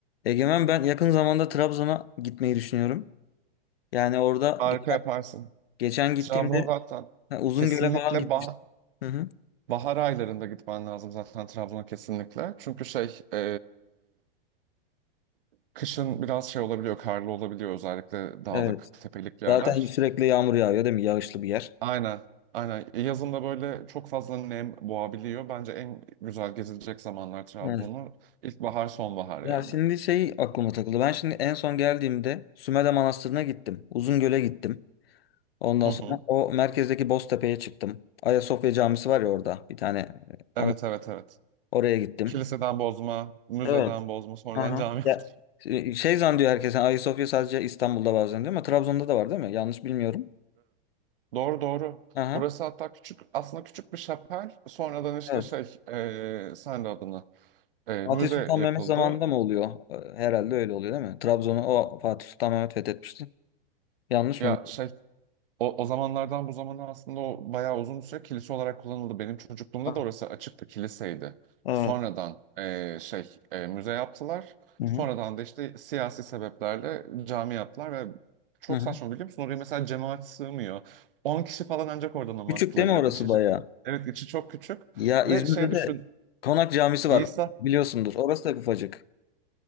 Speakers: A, on the left; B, on the right.
A: Egemen ben yakın zamanda Trabzon'a gitmeyi düşünüyorum. Yani orada
B: Harika
A: geçen,
B: yaparsın.
A: geçen gittiğimde
B: Trabzon zaten
A: ha, Uzungöl'e
B: kesinlikle
A: falan gitmiştim.
B: bah
A: Hı hı.
B: bahar aylarında gitmen lazım zaten Trabzon'a kesinlikle. Çünkü şey e, kışın biraz şey olabiliyor, karlı olabiliyor özellikle dağlık,
A: Evet.
B: tepelik yerler.
A: Zaten sürekli yağmur yağıyor değil mi? Yağışlı bir yer.
B: Aynen, aynen. E, Yazın da böyle çok fazla nem boğabiliyor. Bence en güzel gezilecek zamanlar Trabzon'u
A: Evet.
B: ilkbahar, sonbahar
A: Ya
B: yani.
A: şimdi şey aklıma takıldı. Ben şimdi en son geldiğimde Sümele Manastırı'na gittim. Uzungöl'e gittim. Ondan
B: Hı
A: sonra
B: hı.
A: o merkezdeki Boztepe'ye çıktım. Ayasofya Camisi var ya orada bir tane.
B: Evet,
A: Onu,
B: evet, evet.
A: oraya gittim.
B: Kiliseden bozma, müzeden
A: Evet.
B: bozma, sonradan
A: Aha.
B: cami yaptı.
A: Ya, e, şey zannediyor herkes. yani Ayasofya sadece İstanbul'da bazen diyor ama Trabzon'da da var değil mi? Yanlış bilmiyorum.
B: Doğru doğru.
A: Aha.
B: Orası hatta küçük aslında küçük bir şapel. Sonradan işte
A: Evet.
B: şey e, sen de adını e,
A: Fatih
B: müze
A: Sultan
B: yapıldı.
A: Mehmet zamanında mı oluyor? E, Herhalde öyle oluyor değil mi? Trabzon'u o Fatih Sultan Mehmet fethetmişti. Yanlış
B: Ya
A: mı?
B: şey o, o zamanlardan bu zamana aslında o bayağı uzun bir süre kilise olarak kullanıldı. Benim çocukluğumda
A: Aha.
B: da orası açıktı kiliseydi.
A: Evet.
B: Sonradan e, şey e, müze yaptılar.
A: Hı hı.
B: Sonradan da işte siyasi sebeplerle cami yaptılar ve çok
A: Hı hı.
B: saçma biliyor musun? Oraya mesela cemaat sığmıyor. 10 kişi falan ancak orada namaz
A: Küçük
B: kılabilir.
A: değil mi orası
B: İçeri,
A: bayağı?
B: evet içi çok küçük
A: Ya İzmir'de
B: ve şey
A: de
B: düşün
A: Konak Camisi var.
B: İsa
A: Biliyorsundur. Orası da ufacık.